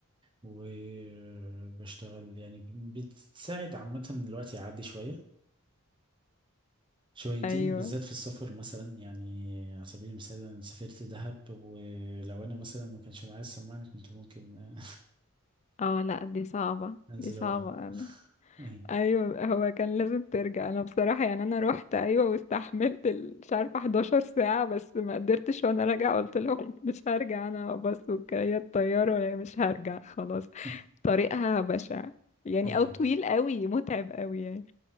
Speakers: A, on the right (about 25°); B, on the left (about 30°).
A: وبشتغل يعني بتساعد عامة الوقت يعدي شوية شويتين
B: أيوه
A: بالذات في السفر مثلا يعني على سبيل المثال انا سافرت دهب ولو انا مثلا ما كانش معايا السماعة أنا كنت ممكن
B: اه لا دي صعبة
A: <laughs> انزل
B: دي صعبة
A: وارد
B: انا
A: اهي
B: ايوه هو كان لازم ترجع انا بصراحة يعني انا روحت ايوه واستحملت ال- مش عارفة 11 ساعة بس ما قدرتش وانا راجعة قلت لهم <laughs> مش هرجع انا بس وكريات الطيارة يعني مش هرجع خلاص
A: <laughs>
B: طريقها بشع يعني
A: ايوه
B: او طويل قوي متعب قوي يعني